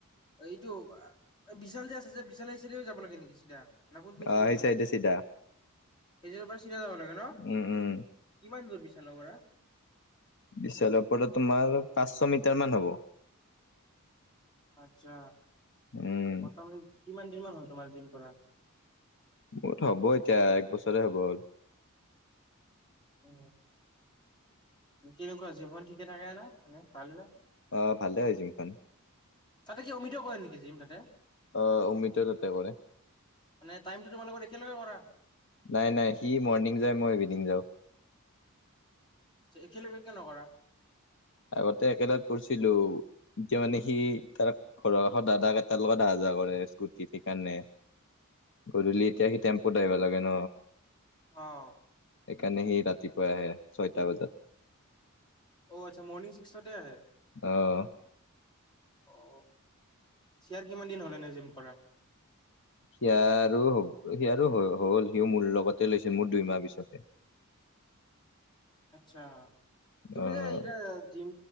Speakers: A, on the left; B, on the left.
A: এইটো বিশাল যে আছে যে বিশাল সেইছাদেও যাব লাগে নেকি চিধা ন কোন পিনেদি
B: অ'
A: যাওঁ
B: সেই
A: তুমি
B: চাইডে চিধা।
A: সেইচাইদপা চিধাই যাব লাগে ন?
B: উম উম
A: কিমান দূৰ বিছালৰ বৰা
B: বিশালৰ পৰা তোমাৰ পাঁচশ মিটাৰ মান হব
A: আচ্ছা
B: উম,
A: মোটামুটি কিমান দিন মান হ'ল তোমাৰ জিম কৰা
B: মোৰত হ'ব এতিয়া এক বছৰে হ'ব হ'ল
A: উ কেনেকুৱা জীৱন ঠিকে থাকে না মানে ভাল ন
B: অ ভালে হৈ যিমখন
A: তাতে কি অমিত কৰে নেকি জিম তাতে
B: অ উমিতৰ তাতে কৰে
A: মানে টাইমটো তোমালোকৰ একেলগে কৰা
B: নাই নাই সি মৰ্ণিং যায় মই ইভিনিং যাওঁ
A: একলগে কিয় নকৰা
B: আগতে একেলগ কৰিছিলো এতিয়া মানে সি তাৰ ঘৰৰ এখন দাদাক এটাৰ লগত অহা যোৱা কৰে স্কুটিত সেইকাৰণে গধূলি এতিয়া সি টেম্পুত আহিব লাগে ন
A: অ
B: সেইকাৰণে সি ৰাতিপুৱাই আহে ছয়টা বজাত
A: অ আচ্ছা মৰ্ণিং ছিক্সৰ ডে আহে
B: অ
A: অ চয়াৰ কিমান দিন হলে ন জিম কৰা
B: সিয় আৰু হব সিয়াৰ হ'ল সিও মোৰ লগতে লৈছিল মোৰ দুইমাহ পিছতে
A: আচ্ছা তুমি
B: অ'।
A: যে এই জিম